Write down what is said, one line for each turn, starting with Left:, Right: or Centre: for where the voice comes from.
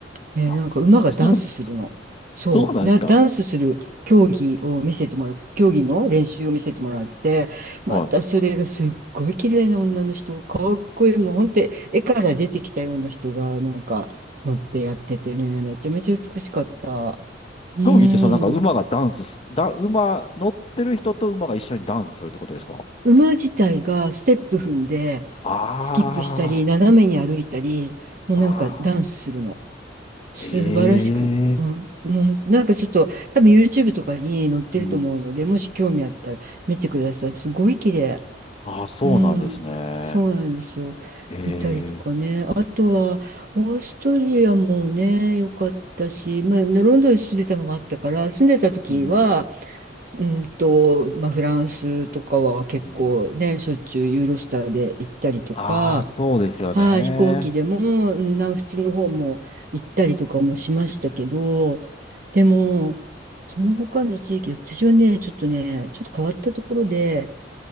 Right: で、
Left: あ、
Right: なんか馬がダンスするの。
Left: そそう、
Right: そう。
Left: そうなんですか。
Right: だ、ダンスする競技を見せてもらう、競技の練習を見せてもらって、
Left: はい。
Right: またそれがすっごい綺麗な女の人、かっこいい、もう本当に絵から出てきたような人がなんか乗ってやっててね、めちゃめちゃ美しかった。うん。
Left: 競技って、そのなんか馬がダンスす、だ、馬、乗ってる人と馬が一緒にダンスするってことですか
Right: 馬自体がステップ踏んで、
Left: あ
Right: スキップしたり、斜めに歩いたり、もうなんかダンスするの。
Left: あ、ああ、
Right: 素晴らしく、
Left: ええ
Right: うん、もうなんかちょっと多分 YouTube とかに載ってると思うので、
Left: うん。
Right: もし興味あったら見てください。すごい綺麗。
Left: ああ、そうなんですね。
Right: うん、そうなんですよ。
Left: ええ
Right: 見たりとかね。あとは、オーストリアもね、良かったし、まあ、ねロンドンに住んでたのもあったから、住んでた時は、
Left: うん。
Right: うんと、まあ、フランスとかは結構ね、
Left: うん
Right: しょっちゅうユーロスターで行ったりとか、
Left: ああ、そうですよね。
Right: はい、飛行機でも、うん南仏の方も行ったりとかもしましたけど、でも、その他の地域、私はね、ちょっとね、ちょっと変わったところで、